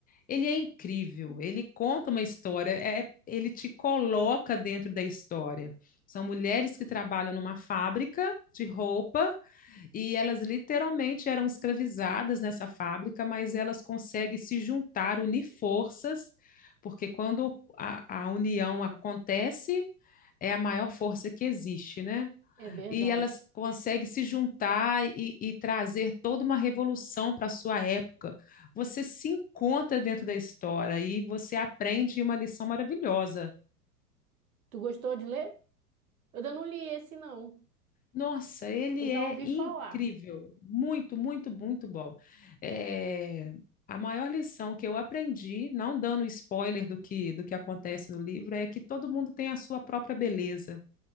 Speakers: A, on the left; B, on the right.
A: ele é incrível, ele conta uma história, é, ele te coloca dentro da história. São mulheres que trabalham numa fábrica de roupa E elas literalmente eram escravizadas nessa fábrica, mas elas conseguem se juntar, unir forças, porque quando a, a união acontece, é a maior força que existe, né?
B: É verdade.
A: E elas conseguem se juntar e, e trazer toda uma revolução para a sua época. Você se encontra dentro da história e você aprende uma lição maravilhosa.
B: Tu gostou de ler? Eu ainda não li esse, não.
A: Nossa, ele
B: Eu já
A: é
B: ouvi
A: incrível,
B: falar.
A: muito, muito, muito bom. É, a maior lição que eu aprendi, não dando spoiler do que, do que acontece no livro, é que todo mundo tem a sua própria beleza.